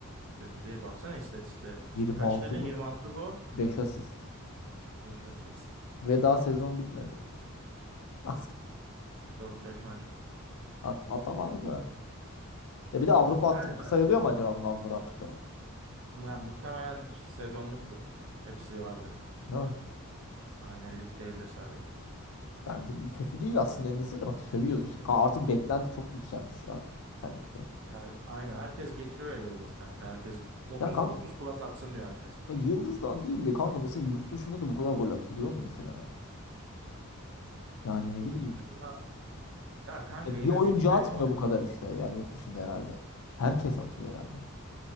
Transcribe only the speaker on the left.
26
gol
5 asist.
Ve daha sezon bitmedi. <laughs> As-
At, atamaz da. Ya bir de Avrupa attıkları
sayılıyor mu acaba bunun Avrupa'da attıkları?
Ne?
Bence bir- kötü değil aslında en de bak sövüyoruz işte. Ka- Artık beklenti çok yükselmiş ya artık. Özellikle.
Ya kanka
Yıldız'dan değil de kanka mesela yurt dışında da bu kadar gol atılıyor mu mesela ya? Yani ne
bileyim.
Ya
bir oyuncu
atmıyor
bu kadar işte yani yurt dışında herhalde. Herkes atıyor herhalde.